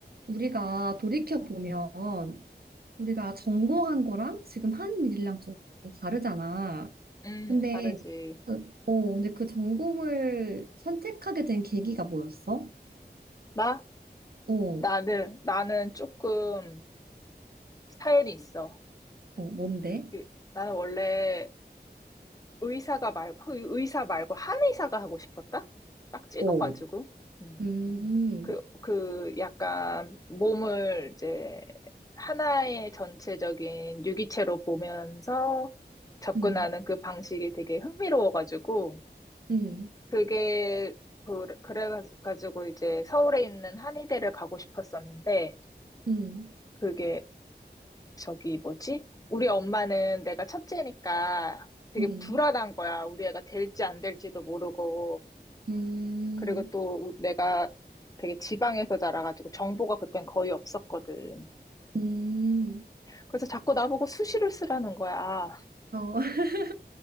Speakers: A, on the right; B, on the left.
A: 우리가 돌이켜보면 우리가 전공한 거랑 지금 하는 일이랑 좀 다르잖아.
B: 음,
A: 근데
B: 다르지.
A: 그, 어, 근데 그 전공을 선택하게 된 계기가 뭐였어?
B: 나?
A: 어,
B: 나는, 나는 조금 사연이 있어.
A: 어, 뭔데?
B: 그, 나는 원래 의사가 말, 의- 의사 말고 한의사가 하고 싶었다? 딱 찍어가지고.
A: 어,
B: 음.
A: 음,
B: 그, 그 약간 몸을 이제 하나의 전체적인 유기체로 보면서 접근하는
A: 음,
B: 그 방식이 되게 흥미로워가지고.
A: 음,
B: 그게, 그, 그래가지고 이제 서울에 있는 한의대를 가고 싶었었는데,
A: 음,
B: 그게 저기 뭐지? 우리 엄마는 내가 첫째니까 되게
A: 음,
B: 불안한 거야. 우리 애가 될지 안 될지도 모르고.
A: 음,
B: 그리고
A: 음,
B: 또 우- 내가 되게 지방에서 자라가지고 정보가 그땐 거의 없었거든.
A: 음,
B: 그래서 자꾸 나보고 수시를 쓰라는 거야.
A: 어, <laughs>